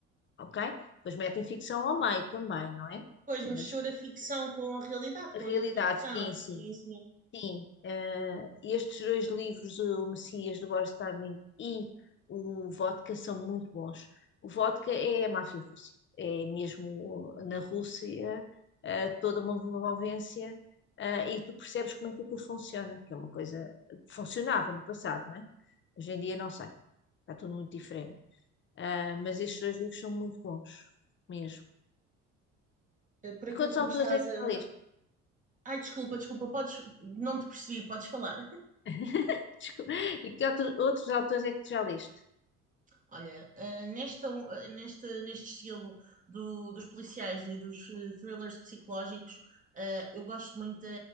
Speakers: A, on the left (about 40°); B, on the right (about 25°).
A: ok? Depois metem ficção ao meio também, não é?
B: Pois mistura
A: Mas
B: ficção com a realidade,
A: a
B: com
A: realidade,
B: a não ficção,
A: sim,
B: sim,
A: sim.
B: sim.
A: Sim, eh, estes dois livros, eh, o Messias do Boris Tarling e o Vodka, são muito bons. O Vodka é a máfia russa, é mesmo na Rússia, eh, toda uma envolvência, eh, e tu percebes como é que aquilo funciona, que é uma coisa que funcionava no passado, não é? Hoje em dia não sei, está tudo muito diferente. Ah, mas estes dois livros são muito bons, mesmo.
B: Eh, Por aquilo
A: E quantos
B: que me
A: autores
B: estás
A: é que
B: a.
A: já leste?
B: Ai, desculpa, desculpa, podes. Não te percebi, podes falar.
A: <laughs> Desculpa. E que outro- outros autores é que tu já leste?
B: Olha, eh, nesta, eh, nesta- neste estilo do- dos policiais e dos eh, thrillers psicológicos, eh, eu gosto muito da